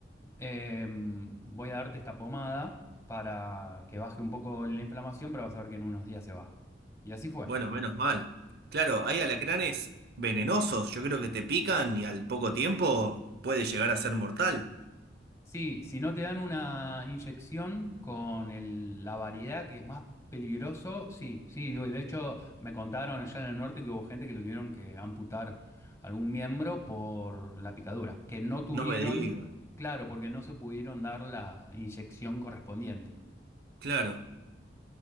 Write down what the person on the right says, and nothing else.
Bueno, menos mal. Claro, hay alacranes venenosos. Yo creo que te pican y al poco tiempo puede llegar a ser mortal.
No me digas.
Claro.